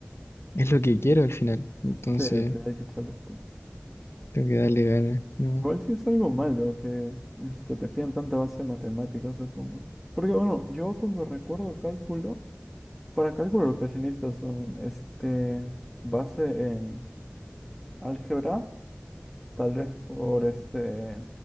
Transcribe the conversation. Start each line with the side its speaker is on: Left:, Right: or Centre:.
Left: es lo que quiero al final. Entonces
Centre: Sí, sí, hay que echarle.
Left: tengo que darle ganas, ¿no?
Centre: Igual sí es algo malo que este, te piden tanta base de matemáticas, supongo. Porque bueno, yo cuando recuerdo cálculo, para cálculo lo que se necesita son este, base en álgebra, tal vez por este,